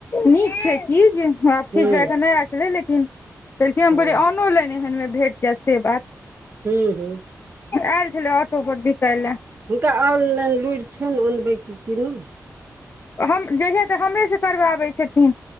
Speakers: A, on the left; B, on the right.
A: नीक छै चीज खीचब
B: हूँ
A: कऽ नहि आय छलै लेकिन कहलकिन हम
B: हूँ
A: कहलियै
B: हँ
A: ऑनोलाइन एहनमे भेट जायत से बात
B: हू हू
A: आयल छलै ऑटो पर बिकाय लए
B: हुनका ऑनलाइन लुरि छनि अनबै कि नै
A: हम जहिया तऽ हमरेसँ करबाबै छथिन